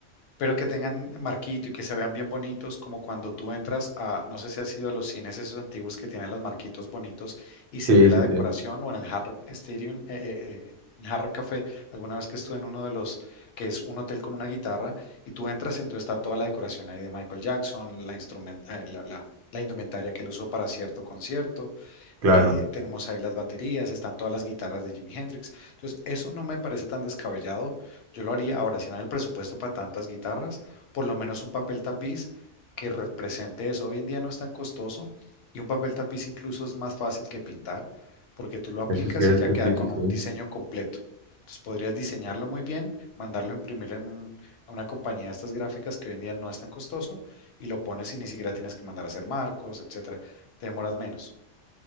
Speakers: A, on the left; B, on the right.
A: pero que tengan marquito y que se vean bien bonitos, como cuando tú entras a, no sé si has ido a los cines esos antiguos que tienen los marquitos bonitos y se
B: Sí,
A: ve la
B: sí,
A: decoración
B: sí,
A: o en el Hard Rock Stadium, eh, eh, eh, en Hard Rock Café, alguna vez que estuve en uno de los, que es un hotel como una guitarra, y tú entras y entonces está toda la decoración ahí de Michael Jackson, la, instrumen- eh, la, la- la indumentaria que él usó para cierto concierto,
B: claro.
A: eh, eh, tenemos ahí las baterías, están todas las guitarras de Jimi Hendrix. Entonces, eso no me parece tan descabellado. Yo lo haría ahora, si no hay el presupuesto para tantas guitarras, por lo menos un papel tapiz que represente eso. Hoy en día no es tan costoso y un papel tapiz incluso es más fácil que pintar porque tú lo aplicas
B: Eso es cierto,
A: y ya queda
B: sí,
A: con
B: sí, sí.
A: un diseño completo. Entonces podrías diseñarlo muy bien, mandarlo a imprimir en un- a una compañía de estas gráficas que hoy en día no es tan costoso y lo pones y ni siquiera tienes que mandar a hacer marcos, etcétera. Te demoras menos.